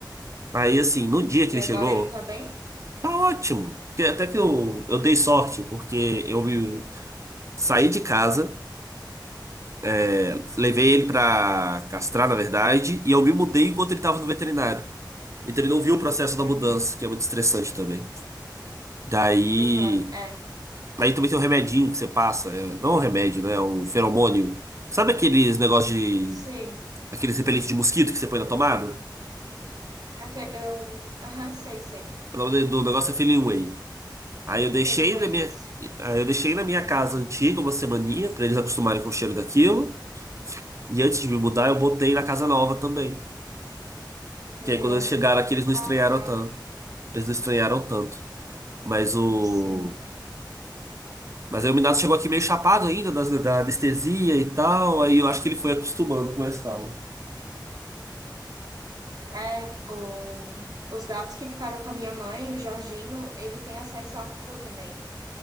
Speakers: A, on the right; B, on the right.
A: Aí, assim, no dia que
B: E
A: ele chegou,
B: agora ele tá bem?
A: tá ótimo. Porque até que eu, eu dei sorte, porque eu me Saí de casa, é, levei ele pra castrar, na verdade, e eu me mudei enquanto ele tava no veterinário. Então ele não viu o processo da
B: Uhum.
A: mudança, que é muito estressante também. Daí.
B: Aham. É.
A: Aí também tem um remedinho que você passa, é, não é um remédio, né? É um feromônio. Sabe aqueles negócios de.
B: Sim.
A: Aqueles repelentes de mosquito que você põe na tomada?
B: É que eu... Aham, sei, sei.
A: O nome do do negócio é Feeling Way. Aí eu deixei
B: Feliu eles.
A: na minha. Aí eu deixei na minha casa antiga uma semaninha, pra eles acostumarem com o cheiro daquilo. E antes de me mudar, eu botei na casa nova também.
B: Aham.
A: Que aí quando eles chegaram aqui, eles não
B: Ah,
A: estranharam
B: legal.
A: tanto. Eles não estranharam tanto. Mas o.
B: Sim.
A: Mas aí o Minato chegou aqui meio chapado ainda das- da anestesia e tal. Aí eu acho que ele foi acostumando com mais calma.
B: É, o... os gatos que ficaram com a minha mãe, o Jorginho, ele tem acesso à rua também.